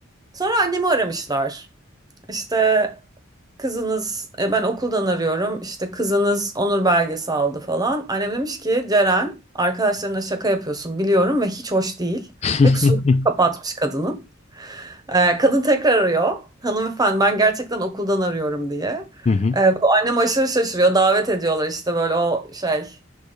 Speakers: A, on the right; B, on the left.
A: Sonra annemi aramışlar. İşte Kızınız e, ben okuldan arıyorum işte kızınız onur belgesi aldı falan. Annem demiş ki Ceren arkadaşlarına şaka yapıyorsun biliyorum ve hiç hoş değil.
B: <laughs>
A: Ve kusurunu kapatmış kadının. E, kadın tekrar arıyor. Hanımefendi ben gerçekten okuldan arıyorum diye.
B: Hı hı.
A: E, bu annem aşırı şaşırıyor. Davet ediyorlar işte böyle o şey